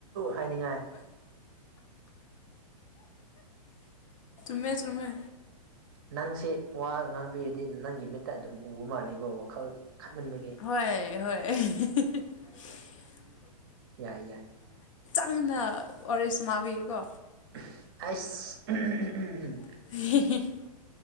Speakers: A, on the right; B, on the left.
A: ꯍꯥꯏꯅꯤꯡꯉꯥꯏ
B: ꯁꯨꯡꯉꯦ
A: ꯅꯪꯁꯦ ꯋꯥ ꯉꯥꯡꯕꯤꯔꯗꯤ ꯅꯪꯒꯤ ꯃꯤꯠꯇ ꯑꯗꯨꯝ ꯎꯕ ꯃꯥꯜꯂꯦꯀꯣ ꯋꯥꯈꯜ ꯈꯟꯃꯟꯕꯒꯤ
B: ꯍꯣꯏ ꯍꯣꯏ
A: ꯌꯥꯏ ꯌꯥꯏ
B: ꯅꯪꯅ ꯑꯣꯔꯦꯖ ꯃꯥꯕꯤꯌꯦꯀꯣ
A: <inaudible>
B: <inaudible>